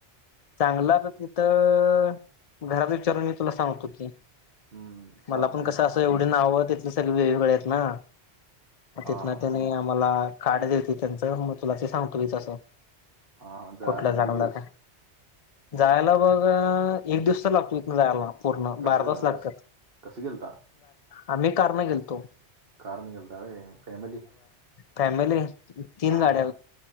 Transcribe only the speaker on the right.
हम्म चालतंय
की
हा
हा
हा हा जायला
किती दिवस
कसं
कसं कसं गेलता
कारने गेलता होय, फॅमिली?
हा,
हा,